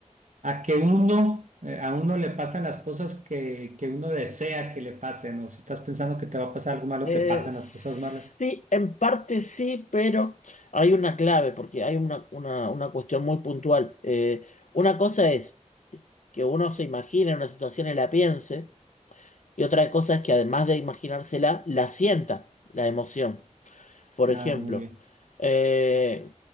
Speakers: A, on the right (about 75°); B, on the left (about 75°).
A: que uno, eh, a uno le pasan las cosas que, que uno desea que le pasen, o si estás pensando que te va a pasar algo malo,
B: Eh,
A: te pasan
B: sí,
A: las cosas malas.
B: en parte sí, pero hay una clave, porque hay una, una, una cuestión muy puntual. Eh, una cosa es que uno se imagine una situación y la piense, y otra cosa es que además de imaginársela, la sienta, la emoción. Por ejemplo,
A: Ah, muy bien.
B: eh,